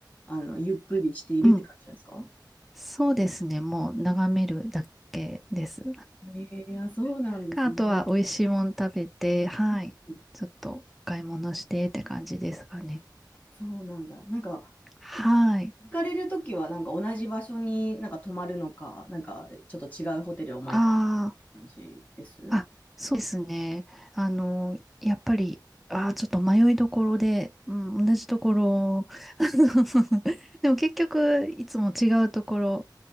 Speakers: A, on the left; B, in the centre.
A: あの、ゆっくりしているって感じなんですか
B: うん。そうですね。もう眺めるだけです。
A: うんえー、あ、そうなんですね。
B: か、あとは美味しいもの食べて、はい。
A: うん
B: ちょっとお買い物してって感じですかね。
A: そうなんだ。なんか、
B: はい。
A: 行かれるときは、なんか同じ場所になんか泊まるのか、なんかちょっと違うホテルを毎回って感じです。
B: ああ。あ、そうですね。あの、やっぱり、あー、ちょっと迷いどころで、うん、同じところ、あの <laughs> でも結局、いつも違うところ、